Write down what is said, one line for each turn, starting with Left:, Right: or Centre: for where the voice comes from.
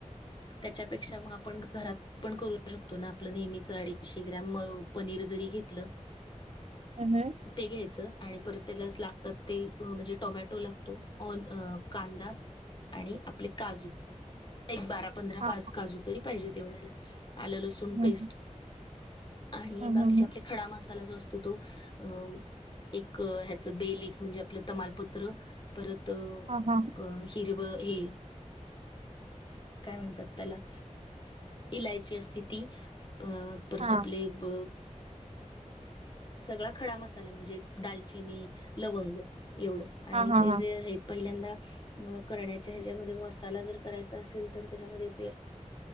Left: त्याच्यापेक्षा मग आपण घरात पण करू शकतो ना आपलं नेहमी अडीचशे ग्राम पनीर जरी घेतलं.
Right: हम्म हम्म
Left: ते घ्यायचं आणि परत त्यालाच लागतात ते म्हणजे टोमॅटो लागतो आँन कांदा आणि आपले काजू एक बारा पंधरा
Right: हा
Left: पाच काजू तरी पाहिजे तेवढ्या आलं लसूण
Right: हम्म
Left: पेस्ट आणि
Right: हम्म
Left: बाकीचे
Right: हम्म हम्म.
Left: आपले खडा मसाला जो असतो तो अ एक ह्याचं बेलिफ म्हणजे आपलं तमालपत्र परत अ
Right: हा हा
Left: हिरवं हे काय म्हणतात त्याला इलायची असते ती अ परत
Right: हा हा
Left: आपले. ब सगळा खडा मसाला म्हणजे दालचिनी लवंग एवढं
Right: हा
Left: आणि ते
Right: हा
Left: जे पहिल्यांदा करण्याच्या ह्या जमध्ये मसाला जर करायचा असेल तर त्याच्यामध्ये ते